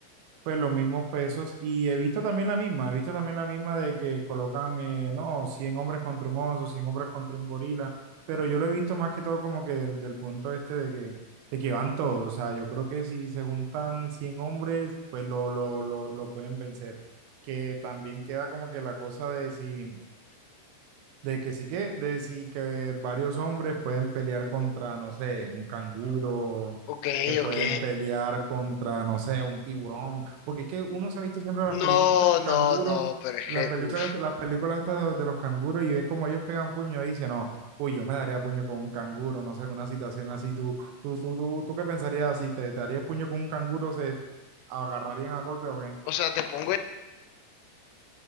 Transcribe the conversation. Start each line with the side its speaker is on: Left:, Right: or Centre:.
Right: Pues los mismos pesos. Y he visto también la misma, he visto también la misma de que colocan, eh, no, 100 hombres contra un oso, 100 hombres contra un gorila, pero yo lo he visto más que todo como que del, del punto este de que, de que van todos. O sea, yo creo que si se juntan 100 hombres, pues lo, lo, lo, lo pueden vencer. Que también queda como que la cosa de si... De que sí que, de sí que varios hombres pueden pelear contra, no sé, un canguro,
Left: Ok,
Right: que pueden
Left: ok.
Right: pelear contra, no sé, un tiburón. Porque es que uno se ha visto siempre las películas
Left: No,
Right: de los canguros,
Left: no, no, pero es
Right: las
Left: que,
Right: películas,
Left: uff.
Right: las películas estas de, de los canguros y ve como ellos pegan puño y dice, no, uy, yo me daría puño con un canguro, no sé, una situación así. ¿Tú, tú, tú, tú, tú qué pensarías? Si te, te harías puño con un canguro, ¿se agarrarían a golpe o qué?
Left: O sea, te pongo